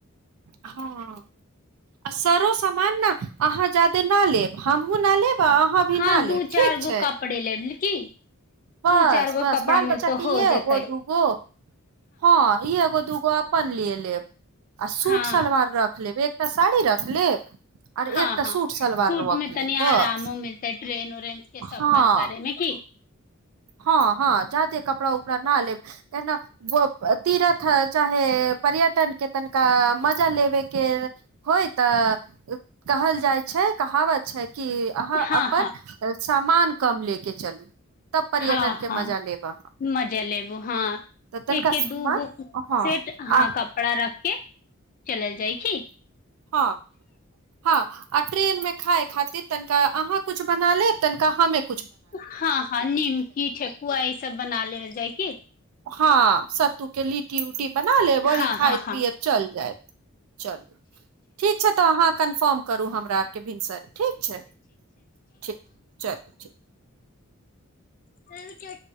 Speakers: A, on the right; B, on the left.
A: हँ। आ सरो सामान न अहाँ जादे ना लेब हमूँ न लेब आ अहाँ भी
B: हँ
A: ना
B: दू
A: लेब ठीक
B: चार गो
A: छै
B: कपड़े लेबल की?
A: बस
B: दू चार गो
A: बस
B: कपड़ा
A: बाल
B: मे
A: बच्चा
B: तऽ
A: के
B: हो
A: इएहे
B: जेतै
A: एगो दूगो हँ एगो दूगो। वापस ले लेब। आ सूट
B: हँ
A: सलवार रख लेबै। साड़ी रख लेब। आर
B: हँ
A: एकटा
B: हँ
A: सूट सलवार
B: सूट
A: रख
B: मे तनि
A: लेब बस
B: आरामो मिलतै ट्रेन उरेन के
A: हँ
B: सफर करे मे की
A: हँ हँ जाते कपड़ा उपरा न लेब। केना तीरथ चाहे पर्यटन के तनिका मजा लेबे के होय तऽ कहल जाइ छै कहावत छै। कि अहाँ
B: हँ
A: अपन
B: हँ
A: सामान कम ले के चलू तब पर्यटन
B: हँ
A: के
B: हँ
A: मजा लेब अहाँ
B: मजा लेबो हँ
A: तऽ तनिका
B: एके
A: सामान
B: दूगो
A: हँ
B: सेट हँ
A: आ
B: कपड़ा रखे चलल जाइ की
A: हँ हँ आ ट्रेन मे खााय खातिर तनिका अहाँ कुछ बना लेब तनिका हम एक
B: हँ हँ निमकी ठेकुआ ई सब बना लेले जाय की
A: हँ सत्तू के लीटी उऊटी बना लेब वही
B: हँ
A: खायत
B: हँ हँ
A: पियत चल जायत। चलू ठीक छै तऽ अहाँ कन्फर्म करू हमरा आरके भिनसर ठीक छै ठीक चलू। <unintelligible>
B: सेल क।